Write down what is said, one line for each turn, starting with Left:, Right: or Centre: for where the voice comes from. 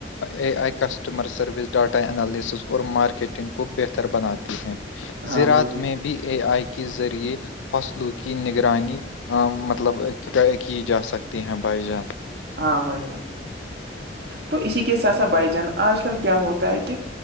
Left: A I customer service data analysis اور مارکیٹ کو بہتر بناتی ہیں
Right: ہاں
Left: زرعات
Right: بھائی جان
Left: میں بی اے آئی کی کے ذریعے فصلوں کی نگرانی مطلب کی جا سکتی ہیں بائیجان
Right: ہاں بھائی ج تو اسی کیس ایسا بھائی جان آج کل کیا ہوتا ہے کہ